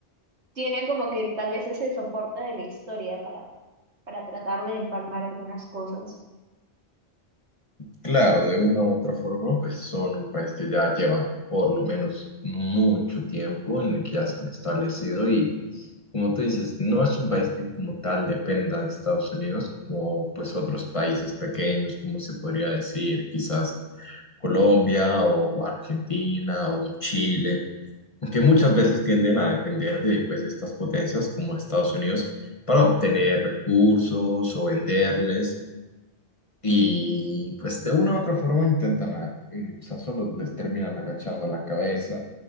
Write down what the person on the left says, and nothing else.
Claro, de una u otra forma, pues son un país que ya llevan por lo menos mucho tiempo en el que ya se han establecido y como tú dices, no es un país que como tal dependa de Estados Unidos, como pues otros países pequeños, como se podría decir, quizás Colombia o Argentina o Chile. que muchas veces tienden a depender de pues, estas potencias como Estados Unidos para obtener recursos o venderles y pues de una u otra forma intentan, a- eh, o sea, solo les terminan agachando la cabeza